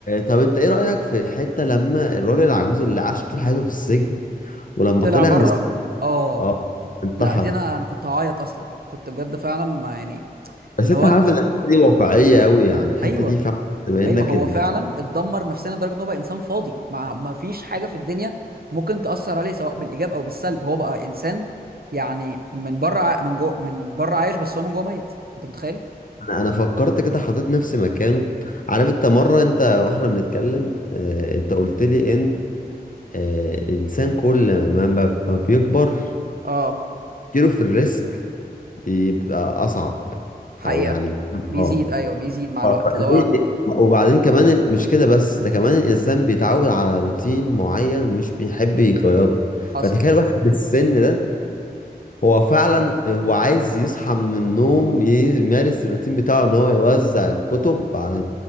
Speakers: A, on the left; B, on the right.
A: طب انت ايه رأيك في الحتة لما الراجل العجوز اللي عاش طول حياته في السجن ولما
B: طلع
A: طلع
B: بره
A: مس...
B: اه
A: اه انتحر
B: لا دي انا انا كنت هعيط اصلا كنت بجد فعلا ما يعني
A: بس
B: اللي
A: انت
B: هو
A: عارف
B: انت
A: ان الحتة دي واقعية قوي يعني الحتة
B: ايوه
A: دي فعلا تبين
B: ايوه
A: لك
B: هو
A: ان
B: فعلا اتدمر نفسيا لدرجه ان هو بقى انسان فاضي ما ما فيش حاجه في الدنيا ممكن تاثر عليه سواء بالايجاب او بالسلب هو بقى انسان يعني من بره ع- من جوه من بره عايش بس هو من جوه ميت انت متخيل
A: انا انا فكرت كده حطيت نفسي مكانه عارف انت مرة انت واحنا بنتكلم اه انت قلت لي ان اه الانسان كل ما ما ما بيكبر
B: اه
A: كيلو في الريسك بيبقى اصعب
B: حقيقه
A: او يعني
B: بيزيد
A: اه
B: ايوه بيزيد مع
A: اه
B: الوقت
A: فليه
B: اللي هو
A: وبعدين كمان ال- مش كده بس ده كمان الانسان بيتعود على روتين معين مش بيحب يغيره
B: حصل
A: فتخيل واحد بالسن ده هو فعلا هو عايز يصحى من النوم يمارس الروتين بتاعه ان هو يوزع الكتب على